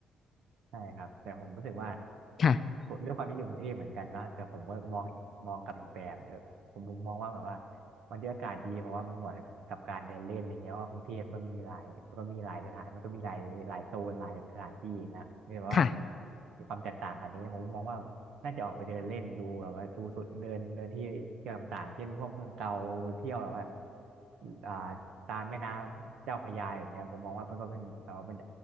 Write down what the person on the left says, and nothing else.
ค่ะ
ค่ะ